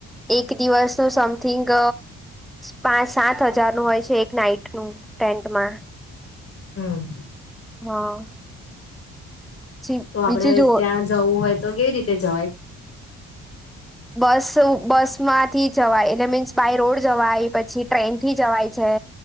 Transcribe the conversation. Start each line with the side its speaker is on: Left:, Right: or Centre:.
Centre: એક દિવસ નું સમથિંગ. પાંચ સાત હજારનું હોય છે એક નાઈટનું ટેન્ટમાં.
Left: હમ.
Centre: હા. પછી
Left: તો આપડે
Centre: બીજું જુઓ
Left: ત્યાં જવું હોય તો કેવી રીતે જવાય?
Centre: બસ બસ માંથી જવાય એટલે મીન્સ બાય રોડ જવાય પછી ટ્રેન થી જવાય છે.